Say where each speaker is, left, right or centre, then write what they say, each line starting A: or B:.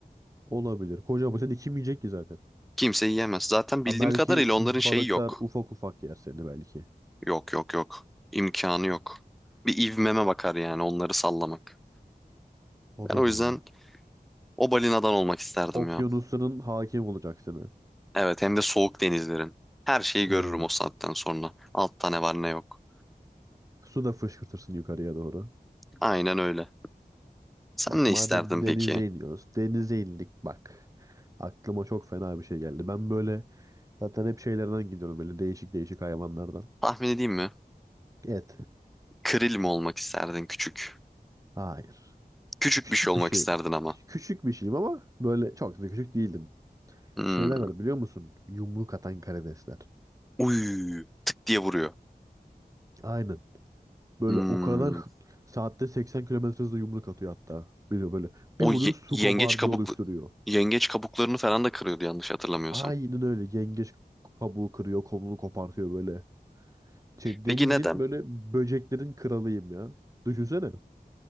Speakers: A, on the right; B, in the centre.
A: Olabilir. Kocaman sen kim yiyecek ki zaten?
B: Kimse yiyemez. Zaten bildiğim
A: Ha belki
B: kadarıyla onların
A: balıklar
B: şeyi yok.
A: ufak ufak yer seni belki.
B: Yok yok yok. İmkanı yok. Bir ivmeme bakar yani onları sallamak.
A: O
B: Ben
A: da
B: o yüzden
A: doğru.
B: o balinadan olmak isterdim
A: Okyanusların
B: ya.
A: hakim olacak seni.
B: Evet hem de soğuk denizlerin. Her şeyi görürüm
A: Oy.
B: o saatten sonra. Altta ne var ne yok.
A: Su da fışkırtırsın yukarıya doğru.
B: Aynen öyle. Sen
A: Bak
B: ne
A: madem
B: isterdin peki?
A: denize iniyoruz. Denize indik bak. Aklıma çok fena bir şey geldi. Ben böyle zaten hep şeylerden gidiyorum böyle değişik değişik hayvanlardan.
B: Tahmin edeyim mi?
A: Et.
B: Kril mi olmak isterdin küçük?
A: Hayır.
B: Küçük
A: Küçük
B: bir şey olmak
A: bir şeyim.
B: isterdin ama.
A: Küçük bir şeyim ama böyle çok da küçük değildim.
B: Hmm.
A: Şeyler var biliyor musun? Yumruk atan karidesler.
B: Uy, tık diye vuruyor.
A: Aynen. Böyle
B: Hmm.
A: o kadar hı- saatte 80 kilometre hızla yumruk atıyor hatta. Biliyor böyle.
B: O
A: Bir vuruyor
B: ye-
A: su
B: yengeç
A: kabarcığı
B: kabuklu
A: oluşturuyor.
B: yengeç kabuklarını falan da kırıyordu yanlış hatırlamıyorsam.
A: Aynen öyle. Yengeç kabuğu kırıyor, kolunu kopartıyor böyle. Şey,
B: Peki
A: denizin
B: neden?
A: böyle böceklerin kralıyım ya. Düşünsene.